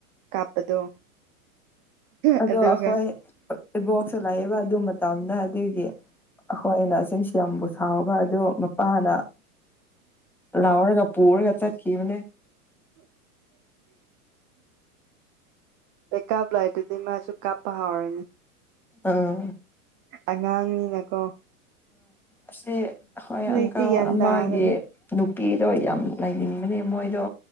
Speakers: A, on the right (about 25°); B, in the centre.
A: ꯀꯥꯞꯄꯗꯣ
B: ꯑꯗꯣ
A: ꯑꯗꯨꯒ
B: ꯑꯩꯈꯣꯏ ꯏꯕꯣꯛꯁ ꯂꯥꯛꯑꯕ ꯑꯗꯨ ꯃꯇꯝꯗ ꯑꯗꯨꯏꯗꯤ ꯑꯩꯈꯣꯏ ꯑꯅ ꯁꯨꯝꯁꯨ ꯌꯥꯝꯕꯨ ꯁꯥꯎꯕ ꯑ ꯃꯄꯥꯅ ꯔꯥꯎꯔꯒ ꯄꯨꯔꯒ ꯆꯠꯀꯤ ꯃꯅꯦ
A: ꯃꯦꯀꯥꯄ ꯂꯥꯏꯇ ꯑꯗꯨꯗꯤ ꯃꯥꯁꯨ ꯀꯥꯞꯄ ꯍꯥꯎꯔꯅꯤ
B: ꯑꯥ
A: ꯑꯉꯥꯡꯅꯤꯅꯀꯣ
B: ꯑꯁꯤ ꯍꯣꯏ
A: ꯍꯧꯖꯤꯛꯇꯤ
B: ꯑꯪꯀꯜ
A: ꯒ꯭ꯌꯥꯟ
B: ꯑꯃꯒꯤ
A: ꯇꯥꯗꯕꯩ
B: ꯅꯨꯄꯤꯗꯣ ꯌꯥꯝ ꯂꯩꯅꯤꯡꯕꯅꯦ ꯃꯣꯏꯗꯣ